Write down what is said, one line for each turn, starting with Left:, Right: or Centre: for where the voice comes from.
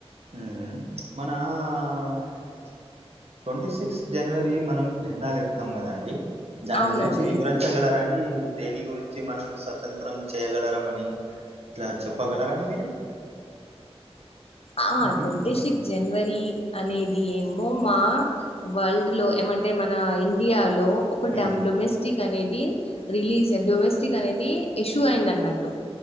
Right: మ్మ్ మన ఈ ట్వంటీ సిక్స్త్ జనవరి మనం జెండా లేపుతాం కదా అండి దాని
Left: అవునండి
Right: గురించి వివరించగలరా అండి దేని గురించి మనం స్వతంత్రం చేయ్యగలర అని ఇట్లా చెప్పగలరాండి మీరు
Left: ఆ టట్వంట
Right: ఉమ్
Left: సిస్ జనవరి అనే ఇది ఏమో మా వరల్డ్ లో ఏమంటే మన ఇండియాలో ఒక డ
Right: ఉమ్
Left: డొమెస్టిక్ అనేది రిలీజియన్ డొమెస్టిక్ క్ అనేది ఇష్యూ అయింది అన్నట్టు